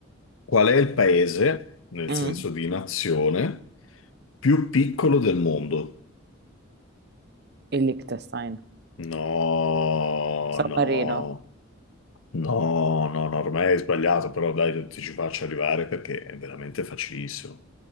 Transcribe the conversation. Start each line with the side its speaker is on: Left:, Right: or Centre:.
Left: Qual è il paese, nel
Right: mm.
Left: senso di nazione, più piccolo del mondo?
Right: Il Liechtenstein,
Left: No,
Right: San
Left: no,
Right: Marino,
Left: no, no, no, ormai hai sbagliato, però dai, ti ci faccio arrivare perché è veramente facilissimo.